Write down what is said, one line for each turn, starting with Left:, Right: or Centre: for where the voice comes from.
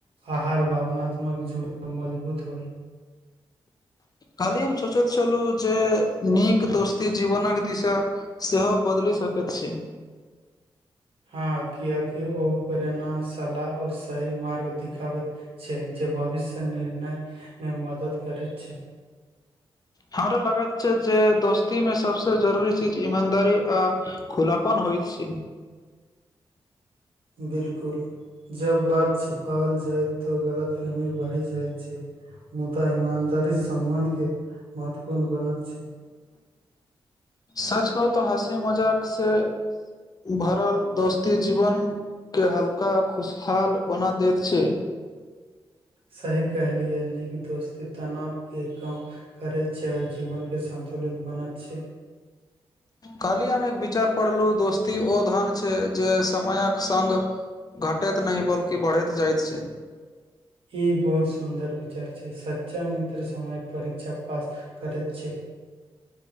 Right: आहार भावनात्मक जोड़ मजबूत होइ
Left: खाली हम सोचैत छलहुँ जे नीक दोस्ती जीवनक दिशा सेहो बदलि सकैत छै
Right: हँ कियाकि ओ प्रेणा सालह और सही मार्ग दिखाबैत छै जे भविष्य निर्णय मे मदद करैत छै
Left: हारा लागत छै जे दोस्ती में सबसे जरूरी चीज ईमानदारी आ खुलापन होइ छै
Right: बिलकुल जब बात छिपाओल जाय तो गलतफहमी बढ़ी जायत छै मुदा ईमानदारी सम्बन्ध के महत्वपूर्ण बनत छै
Left: सच कहू तऽ हँसी मजाक से भरल दोस्ती जीवन के हल्का खुशहाल बना देत छै
Right: सही कहलियै नीक दोस्ती तनाव के कम कर छै आ जीवन के सन्तुलित बनत छै
Left: खाली अमे एक विचार पड़लू दोस्त ओ धन छै जे समयक संग घटैत नहि बल्कि बढ़ैत जाइत छै
Right: ई बहुत सुंदर विचार छै सच्चा मित्र समय परीक्षा पास करैत छै